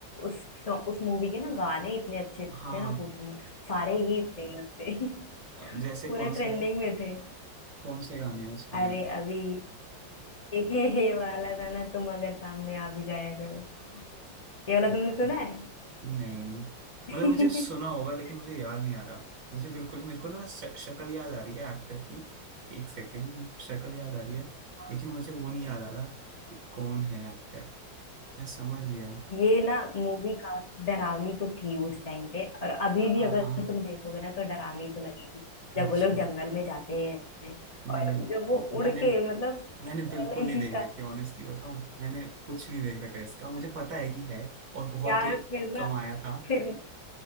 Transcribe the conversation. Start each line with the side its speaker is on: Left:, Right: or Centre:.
Left: उस उस मूवी के ना गाने इतने अच्छे थे
Right: हाँ
Left: ना पूछो मत सारे ही फेमस थे <laughs>
Right: अ, जैसे
Left: पूरा
Right: कौन
Left: ट्रेंडिंग
Right: सा है
Left: में थे
Right: कौन से गाने हैं उसमें
Left: अरे अभी एक ही ये वाला था ना तुम अगर सामने आ भी जाया करो ये वाला
Right: पता
Left: तुमने सुना है
Right: नहीं
Left: <laughs>
Right: मतलब मुझे सुना होगा लेकिन मुझे याद नहीं आ रहा मुझे बिल्कुल मेरे को ना श- शक्ल याद आ रही है एक्टर की एक सेकेंड मेरे को शक्ल याद आ रही है
Left: हाँ
Right: लेकिन मुझे वो नहीं याद आ रहा कि कौन है एक्टर मैं समझ गया
Left: ये ना मूवी काफी डरावनी तो थी उस टाइम पे और अभी
Right: हाँ
Left: भी अगर
Right: हाँ
Left: तुम देखोगे ना तो डरावनी तो लगेगी
Right: अच्छा
Left: जब वो लोग जंगल में जाते हैं
Right: नहीं
Left: और
Right: म-
Left: जब वो उड़
Right: मैंने
Left: के मतलब
Right: मैंने बिल्कुल
Left: अलग
Right: नहीं
Left: ही
Right: देख
Left: था
Right: रखी ऑनेस्टली बताऊं मैंने कुछ नहीं देख रखा इसका मुझे पता है कि है और बहुत
Left: यार फिर
Right: कमाया
Left: ना
Right: था
Left: फिर